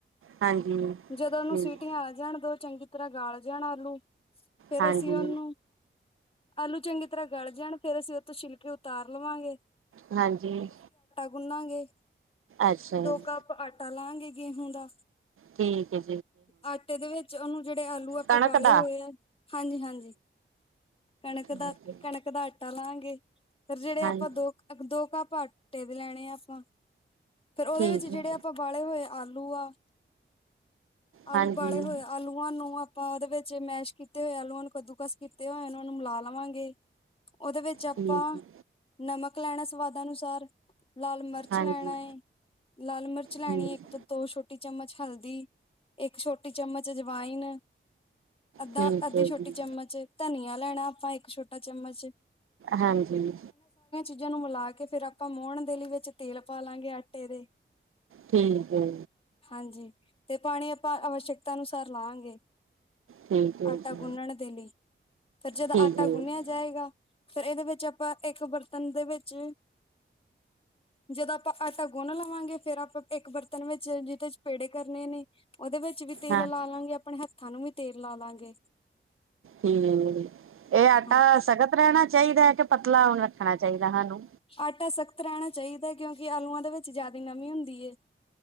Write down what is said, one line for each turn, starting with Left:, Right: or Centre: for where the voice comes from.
Right: ਹਾਂਜੀ।
Left: ਜਦੋਂ ਉਹਨੂੰ
Right: ਠੀਕ,
Left: ਸੀਟੀਆਂ ਆ ਜਾਣ ਦੋ ਚੰਗੀ ਤਰ੍ਹਾਂ ਗਾਲ ਜਾਣ ਆਲੂ ਫੇਰ
Right: ਹਾਂਜੀ,
Left: ਅਸੀਂ ਉਹਨੂੰ ਆਲੂ ਚੰਗੀ ਤਰ੍ਹਾਂ ਗਲ ਜਾਣ ਫੇਰ ਅਸੀਂ ਉਹ ਤੋਂੋਂ ਛਿਲਕੇ ਉਤਾਰ ਲਵਾਂਗੇ।
Right: ਹਾਂਜੀ।
Left: ਗੁੰਨਾਗੇ
Right: ਅੱਛਾ ਜੀ,
Left: ਦੋ ਕੱਪ ਆਟਾ ਲਾਂਗੇ ਗੇਹੂੰ ਦਾ।
Right: ਠੀਕ ਏ।
Left: ਆਟੇ ਦੇ ਵਿੱਚ ਉਹਨੂੰ ਜਿਹੜੇ ਆਲੂ ਆਪਾਂ
Right: ਕਣਕ
Left: ਬਾਲੇ
Right: ਦਾ,
Left: ਹੋਏ ਆ ਹਾਂਜੀ ਹਾਂਜੀ। ਕਣਕ
Right: ਠੀਕ
Left: ਦਾ
Right: ਹੈ,
Left: ਕਣਕ ਦਾ ਆਟਾ ਲਾਂਗੇ। ਫ ਜਿਹੜੇ
Right: ਹਾਂਜੀ
Left: ਆਪਾਂ ਦੋ--ਦੋ ਕੱਪ ਆਟੇ ਦੇ ਲੈਣੇ ਆ ਆਪਾਂ ਫਿਰ ਉਹਦੇ
Right: ਠੀਕ
Left: ਵਿੱਚ ਜਿਹੜੇ
Right: ਹੈ,
Left: ਆਪਾਂ ਬਾਲੇ ਹੋਏ ਆ ਆਲੂ ਆ। ਆਲੂ
Right: ਹਾਂਜੀ
Left: ਬਾਲੇ ਹੋਏ ਆਲੂਆਂ ਨੂੰ ਆਪਾਂ ਉਹਦੇ ਵਿੱਚ ਮੈਸ਼ ਕੀਤੇ ਹੋਏ ਆਲੂਆਂ ਨੂੰ ਕੱਦੂਕਸ ਕੀਤੇ ਹੋਏ ਉਹ ਨੂੰ ਮਿਲਾ ਲਵਾਂਗੇ। ਉਹਦੇ ਵਿੱਚ ਆਪਾਂ
Right: ਠੀਕ, ਹੈ,
Left: ਨਮਕ ਲੈਣਾ ਸਵਾਦ ਅਨੁਸਾਰ- ਲਾਲ ਮਿਰਚ
Right: ਹਾਂਜੀ
Left: ਲੈਣਾ ਹੈ ਲਾਲ ਮਿਰਚ ਲੈਣੀ
Right: ਠੀਕ,
Left: ਹੈ ਇੱਕ ਤੋਂ ਦੋ ਛੋਟੀ ਚਮਚ ਹਲਦੀ, ਇੱਕ ਛੋਟੀ ਚਮਚ ਅਜਵਾਇਨ ਅੱਧਾ-ਅੱਧੀ
Right: ਠੀਕ ਹੈ
Left: ਛੋਟੀ
Right: ਜੀ।
Left: ਚਮਚ ਧਨੀਆ ਲੈਣਾ ਆਪਾਂ ਇੱਕ ਛੋਟਾ ਚਮਚ-
Right: ਹਾਂਜੀ।
Left: ਦੂਜਿਆਂ ਨੂੰ ਮਿਲਾ ਕੇ ਫੇਿਰ ਆਪਾਂ ਮੋਣ ਦੇ ਲਈ ਵਿੱਚ ਤੇਲ ਪਾ ਲਾਂਗੇ ਆਟੇ ਦੇ-
Right: ਠੀਕ ਏ।
Left: ਹਾਂਜੀ ਤੇ ਪਾਣੀ ਆਪਾਂ ਅਵਸ਼ਕਤਾ ਅਨੁਸਾਰ ਲਾਂਗੇ।
Right: ਠੀਕ ਹੈ
Left: ਆਟਾ
Right: ਜੀ
Left: ਗੁੰਨਣ ਦੇ ਲਈ ਫੇਰ ਜਦੋਂ
Right: ਠੀਕ
Left: ਆਟਾ
Right: ਹੈ
Left: ਗੁੰਨਿਆ ਜਾਏਗਾ। ਫਿਰ ਇਹਦੇ ਵਿੱਚ ਆਪਾਂ ਇੱਕ ਬਰਤਨ ਦੇ ਵਿੱਚ- ਜਦੋਂ ਆਪਾਂ ਆਟਾ ਗੁੰਨ ਲਾਵਾਂਗੇ ਫੇਰ ਆਪਾਂ ਇੱਕ ਬਰਤਨ ਵਿੱਚ ਜਿਹਦੇ ਚ ਪੇੜੇ ਕਰਨੇ ਨੇ- ਉਹਦੇ ਵਿੱਚ ਵੀ ਤੇਲ
Right: ਹਾਂ
Left: ਲਾ ਲਾਂਗੇ ਆਪਣੇ ਹੱਥਾਂ ਨੂੰ ਵੀ ਤੇਲ ਲਾਲਾਂਗੇ।
Right: ਹੂੰ, ਇਹ ਆਟਾ
Left: ਹਾਂ
Right: ਸਖਤ ਰਹਿਣਾ ਚਾਹੀਦਾ ਹੈ ਕਿ ਪਤਲਾ ਰੱਖਣਾ ਚਾਹੀਦਾ ਸਾਨੂੰ-
Left: ਆਟਾ ਸਖਤ ਰਹਿਣਾ ਚਾਹੀਦਾ ।ਕਿਉਂਕਿ ਆਲੂਆਂ ਦੇ ਵਿੱਚ ਜਿਆਦਾ ਨਮੀ ਹੁੰਦੀ ਏ।